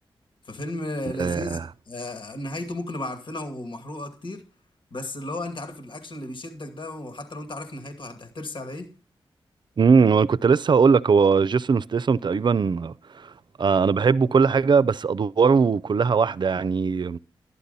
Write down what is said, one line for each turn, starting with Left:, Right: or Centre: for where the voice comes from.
Left: ففيلم لذيذ
Right: آه.
Left: آه، نهايته ممكن نبقى عارفينها ومحروقة كتير بس اللي هو انت عارف الاكشن اللي بيشدك ده وحتى لو انت عارف نهايته هت- هترسي على ايه
Right: امم انا كنت لسه هقول لك هو جيسون ستيسم تقريبا آه انا بحبه كل حاجه بس ادواره كلها واحده يعني